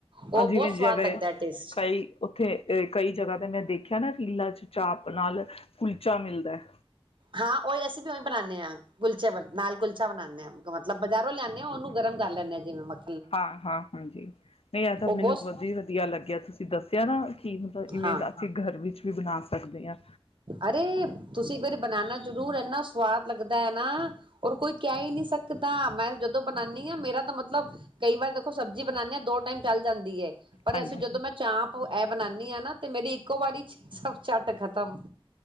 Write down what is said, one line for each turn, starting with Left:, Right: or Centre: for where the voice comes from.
Right: ਉਹ ਬਹੁਤ
Left: ਜਿਵੇਂ
Right: ਸਵਾਦ
Left: ਜਿਵੇਂ
Right: ਲੱਗਦਾ ਟੇਸਟ
Left: ਕਈ, ਉੱਥੇ ਕਈ ਜਗ੍ਹਾ ਤੇ ਮੈਂ ਦੇਖੀ ਹੈ ਨਾ, ਤੀਲਾ ਚ ਚਾਪ ਨਾਲ ਕੁਲਚਾ ਮਿਲਦਾ ਹੈ।
Right: ਹਾਂ ਉਹੀ ਅਸੀਂ ਵੀ ਉਹੀ ਬਣਾਉਦੇ ਹਾਂ, ਨਾਲ ਕੁਲਚਾ ਬਣਾਉਂਦੇ ਹਾਂ। ਮਤਲਬ ਬਜ਼ਾਰੋਂ ਲਿਆਂਦੇ ਹਾਂ, ਉਹਨੂੰ ਗਰਮ ਕਰ ਲੈਂਦੇ ਹੈ ਜਿਵੇਂ ਮ
Left: ਹਾਂ ਹਾਂ ਹਾਂਜੀ। ਨਹੀਂ ਇਹ ਤਾਂ
Right: ਉਹ ਬਹੁਤ
Left: ਮੈਨੂੰ ਵਧੀਆ ਲੱਗਿਆ ਤੁ <unintelligible> <unintelligible> ਇਵੇਂ
Right: ਹਾਂ
Left: ਘਰ ਵਿੱਚ ਵੀ ਬਣਾ ਸਕਦੇ ਹਾਂ।
Right: ਅਰੇ, ਤੁਸੀਂ ਇੱਕ ਵਾਰੀ ਬਨਾਨਾ ਜ਼ਰੂਰ ਇੰਨਾ ਸਵਾਦ ਲੱਗਦਾ ਐ ਨਾ, ਔਰ ਕੋਈ ਕਹਿ ਈ ਨਹੀਂ ਸਕਦਾ ਮੈਂ ਜਦੋਂ ਬਨਾਨੀ ਆ ਮੇਰਾ ਤਾਂ ਮ ਮਤਲਬ ਕਈ ਵਾਰ ਦੇਖੋ ਸਬਜ਼ੀ ਬਣਾਉਂਦੇ ਆਂ ਦੋ ਟਾਈਮ ਚੱਲ ਜਾਂਦੀ ਏ। ਪਰ
Left: ਹਾਂਜੀ
Right: ਵੈਸੇ
Left: ਹਾਂਜੀ।
Right: ਜਦੋਂ ਮੈਂ ਚਾਂਪ ਇਹ ਬਣਾਉਦੀ ਹਾਂ ਨਾ ਤੇ ਮੇਰੀ ਇੱਕੋ ਵਾਰੀ ਚ ਝੱਟ ਖਤਮ।